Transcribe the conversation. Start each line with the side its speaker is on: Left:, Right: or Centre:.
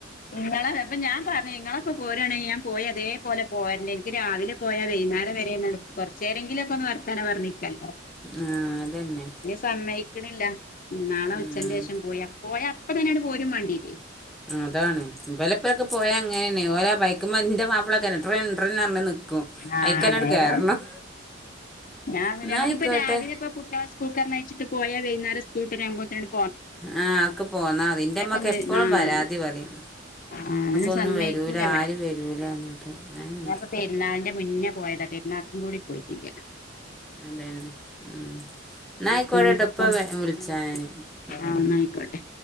Left: നിങ്ങളെ അപ്പൊ ഞാൻ പറഞ്ഞു നിങ്ങളപ്പോ പോരു ആണെങ്കി ഞാൻ പോയി അതേ പോലെ പോരണ് രാവിലെ പോയാ വൈന്നേരം വരെ കുറച്ചേരെങ്കിലും ഒക്കെ ഒന്ന് വർത്താനം പറഞ്ഞിരിക്കാല്ലോ
Centre: ആഹ് അതന്നെ
Left: സമ്മേയ്ക്ക്‌ണില്ല നാളെ
Centre: ഉം
Left: ഉച്ചന്റെഷം പോയ പോയ അപ്പ തന്നെ ഈണ്ട് പോരും മാണ്ടിയെരോയ്
Centre: അതാണ് ഇവലെപൊക്കെ പോയാ അങ്ങെനെണ് ഓല് ആ ബൈക്മ്മെ ഇന്റെ മാപ്പള ഒകെ ട്രൻ ട്രൻ ന്നറഞ്ഞു നിക്കും
Left: ആഹ്
Centre: അയ്ക്കെന്നെ ആണ്ട്
Left: നേരാണ്
Centre: കേറണം
Left: ഞാൻ പിന്നെ
Centre: ഇന്നാ
Left: നമ്മക്ക്
Centre: ആയിക്കോട്ടെ
Left: പ്പെ രാവിലെ ഇപ്പ കുട്ട്യാളെ സ്കൂ ക്കറഞ്ഞയച്ചിട്ട് പോയാ വെയ്ന്നേരം സ്കൂൾ ട്ട് വരാവുമ്പോത്തിന് ആണ്ട്
Centre: ആഹ് ഒക്കെ പോന്നാ മതി. ഇന്റെ മ്മക്കെ
Left: ഒന്ന്
Centre: എപ്പോഴും
Left: ആഹ്
Centre: പരാതി പറിം
Left: ആഹ് അങ്ങനെ
Centre: ഒന്നും
Left: സമ്മയിക്കൂല
Centre: വരൂല
Left: ഇവിടെ
Centre: ആരും വരൂലാ
Left: ഞാൻ
Centre: ർഞ്ഞിട്ട് അയെന്നെ
Left: ഞാൻപ്പ പെരുന്നാളിന്റെ മുന്നേ പോയതാ പെരുന്നാക്കും കൂടി പോയിറ്റില്ല്യ
Centre: അതെന്നെ ഉം ന്നാ ആയിക്കോട്ടെ
Left: കുഞ്ഞിപ്പം
Centre: ട്ടൊ ഇപ്പം വെ വിളിച്ച
Left: ആഹ്
Centre: ഞാന്
Left: ആഹ് ന്നാ അയിക്കോട്ടെ